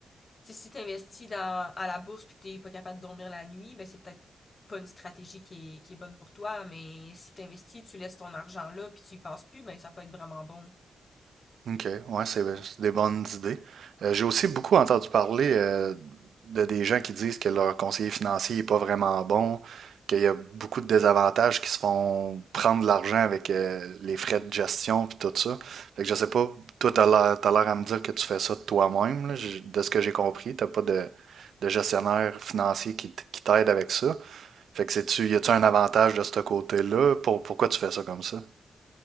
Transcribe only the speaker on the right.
OK, ouais, c'est c'est des bonnes idées. Euh, j'ai aussi beaucoup entendu parler euh, de des gens qui disent que leur conseiller financier n'est pas vraiment bon, qu'il y a beaucoup de désavantages qui se font prendre de l'argent avec euh, les frais de gestion puis tout ça. Fait que je sais pas, toi, t'as l'air, t'as l'air à me dire que tu fais ça de toi-même, là. J'ai- de ce que j'ai compris, t'as pas de, de gestionnaire financier qui, t- qui t'aide avec ça. Fait que c'est-tu, y a-tu un avantage de ce côté-là? Pour, pourquoi tu fais ça comme ça?